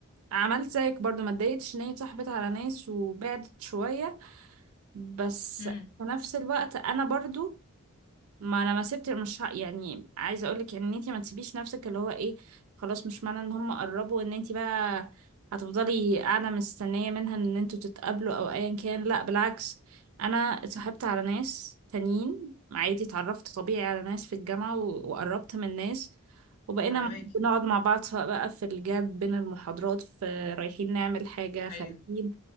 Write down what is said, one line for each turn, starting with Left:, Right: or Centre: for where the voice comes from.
Right: عملت زيك برضو ما اتضايقتش ان هي اتصاحبت على ناس وبعدت شوية بس
Left: امم
Right: في نفس الوقت انا برضو ما انا ما سبت مش ه- يعني عايزه اقول لك ان انت ما تسيبيش نفسك اللي هو ايه خلاص مش معنى ان هم قربوا ان انت بقى هتفضلي قاعده مستنيه منها ان انتوا تتقابلوا او ايا كان لا بالعكس انا اتصاحبت على ناس تانيين عادي اتعرفت طبيعي على ناس في الجامعه و- وقربت من ناس وبقينا
Left: فاهماكي
Right: بنقعد مع بعض سواء بقى في الجاب بين المحاضرات في رايحين نعمل حاجه خارجين
Left: ايوه